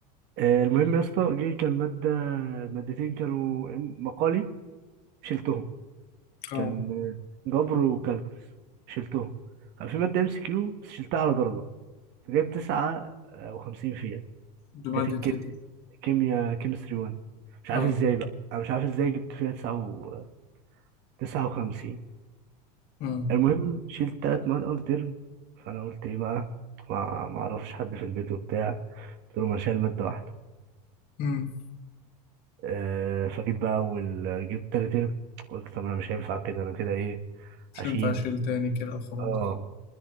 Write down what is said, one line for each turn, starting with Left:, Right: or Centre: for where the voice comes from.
Right: آه المهم يا اسطى جه كان ماده مادتين كانوا إن- مقالي شلتهم
Left: اه
Right: كان جبر وكالكولس شلتهم كان في ماده ام سي كيو بس شلتها على درجه جايب تسعة آه، وخمسين فيها
Left: بمادة
Right: كانت الكيمياء
Left: ايه دي
Right: كيمياء كيمستري 1 مش عارف
Left: اه
Right: ازاي بقى انا مش عارف ازاي جبت فيها تسعة و... تسعة وخمسين
Left: امم
Right: المهم شلت تلات مواد اول ترم فانا قلت ايه بقى ما ما اعرفش حد في البيت وبتاع قلت له ما أنا شايل مادة واحدة
Left: امم
Right: أه فجيت بقى اول جبت تاني ترم قلت طب انا مش هينفع كده انا كده ايه
Left: مش
Right: هشيل
Left: هينفع اشيل تاني كده خلاص
Right: اه